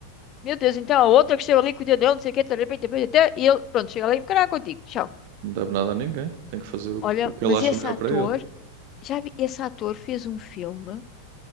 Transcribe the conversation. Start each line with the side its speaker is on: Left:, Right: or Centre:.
Left: meu Deus, então a outra que esteve ali cuidando dele, não sei o quê, tarará, tarará, tarará, até e ele, pronto, chega ali e caralho contigo. Tchau.
Right: Não deve nada a ninguém. Tem que fazer o,
Left: Olha,
Right: o que
Left: mas
Right: ele acha
Left: esse
Right: melhor
Left: ator,
Right: para ele.
Left: já vi, esse ator fez um filme